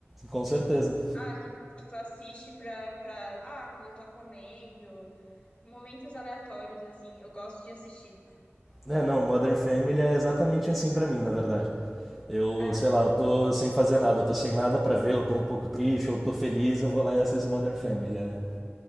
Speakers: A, in the centre; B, on the left.
A: com certeza.
B: Ah, que, que tu assiste pra, pra. Ah, quando eu tô comendo. Momentos aleatórios, assim. Eu gosto de assistir.
A: É, não, Modern Family é exatamente assim pra mim, na verdade. Eu,
B: É,
A: sei lá, eu tô sem fazer nada, eu tô sem nada pra ver, eu tô um pouco triste, eu tô feliz, eu vou lá e assisto Modern Family. É,